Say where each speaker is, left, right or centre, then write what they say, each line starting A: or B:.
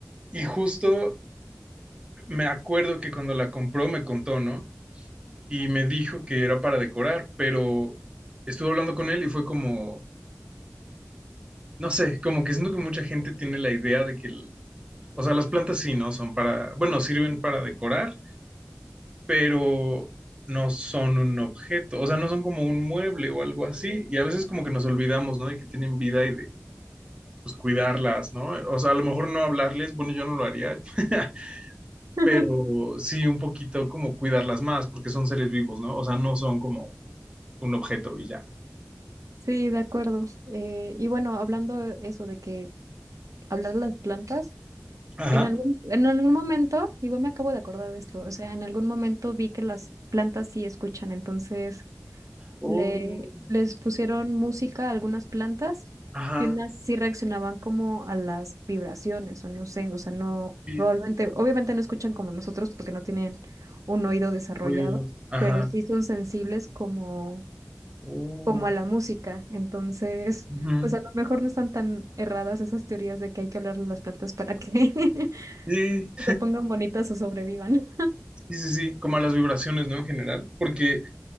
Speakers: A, on the right; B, on the right.
A: Y justo me acuerdo que cuando la compró me contó, ¿no? Y me dijo que era para decorar, pero estuve hablando con él y fue como, no sé, como que siento que mucha gente tiene la idea de que, el- o sea, las plantas sí, ¿no? Son para, bueno, sirven para decorar pero no son un objeto, o sea, no son como un mueble o algo así, y a veces como que nos olvidamos, ¿no? De que tienen vida y de pues, cuidarlas, ¿no? O sea, a lo mejor no hablarles, bueno, yo no lo haría, <laughs>
B: <laughs>
A: pero sí un poquito como cuidarlas más, porque son seres vivos, ¿no? O sea, no son como un objeto y ya.
B: Sí, de acuerdo. Eh, y bueno, hablando eso de que hablar de las plantas,
A: Ajá.
B: en algún, en algún momento, igual me acabo de acordar de esto, o sea, en algún momento vi que las plantas sí escuchan, entonces
A: Oh,
B: le, les pusieron música a algunas plantas
A: ajá,
B: y unas sí reaccionaban como a las vibraciones, o no sé, o sea, no,
A: sí,
B: probablemente, obviamente no escuchan como nosotros porque no tienen un oído desarrollado,
A: oídos, ajá,
B: pero sí son sensibles como
A: oh,
B: como a la música. Entonces,
A: ujú.
B: <laughs> pues a lo mejor no están tan erradas esas teorías de que hay que hablarle a las plantas para que <laughs>
A: Sí,
B: se pongan bonitas o sobrevivan.
A: sí, sí, sí, como a las vibraciones, ¿no? En general, porque